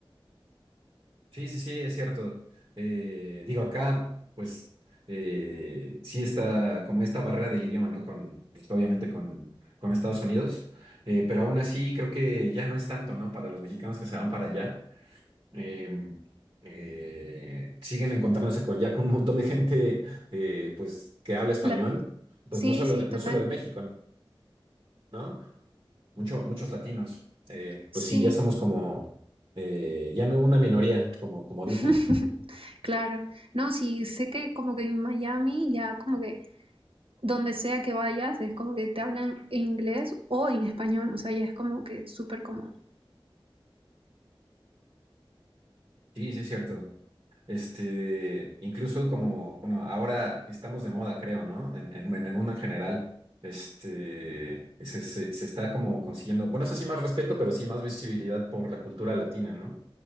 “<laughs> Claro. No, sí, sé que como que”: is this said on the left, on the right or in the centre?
Right